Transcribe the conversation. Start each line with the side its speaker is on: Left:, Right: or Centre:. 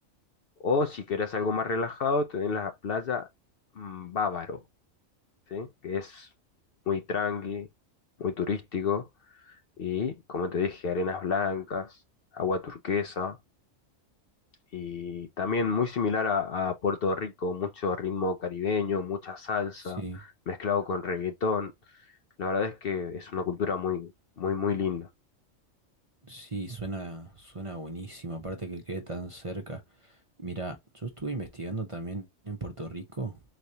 Left: O si querés algo más relajado, tenés la playa mm, Bávaro, ¿sí? Que es muy tranqui, muy turístico y, como te dije, arenas blancas, agua turquesa y también muy similar a, a Puerto Rico, mucho ritmo caribeño, mucha salsa
Right: sí,
Left: mezclado con reggaetón. La verdad es que es una cultura muy, muy, muy linda,
Right: sí, suena, suena buenísimo, aparte que quede tan cerca. Mira, yo estuve investigando también en Puerto Rico